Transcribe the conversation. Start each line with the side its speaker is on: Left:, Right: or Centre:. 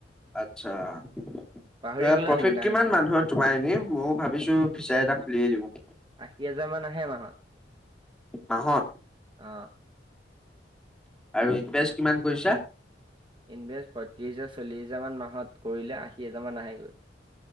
Centre: আচ্ছা, এ
Right: পাহৰি গ'লা
Centre: প্ৰফিট
Right: নেকি নাহি
Centre: কিমান
Right: নাহি
Centre: মানুহৰ তোমাৰ এনেই ময়ো ভাবিছো ফিচাৰি এটা খুলিয়েই দিওঁ।
Right: আশী হাজাৰ মান আহে মাহত
Centre: মাহত
Right: অ'।
Centre: আৰু ইনভেষ্ট কিমান কৰিছা?
Right: ইনভেষ্ট পত্ৰিছ হাজাৰ, চল্লিছ হাজাৰমান মাহত কৰিলে আশী হাজাৰ মান আহেগৈ।